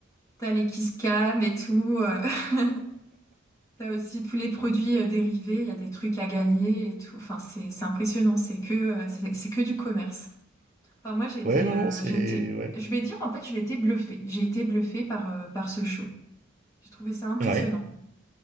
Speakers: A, on the left (about 15°); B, on the right (about 40°).
A: T'as les kiss cam et tout. euh, <laughs> T'as aussi tous les produits euh, dérivés. Il y a des trucs à gagner et tout. Enfin, c'est, c'est impressionnant. C'est que, euh, c'est c'est que du commerce. Enfin, moi, j'ai été,
B: Ouais, non,
A: euh,
B: non, c'est...
A: j'ai été,
B: Ouais.
A: je vais dire, en fait, j'ai été bluffée. J'ai été bluffée par, euh, par ce show. J'ai trouvé ça impressionnant.
B: Ouais.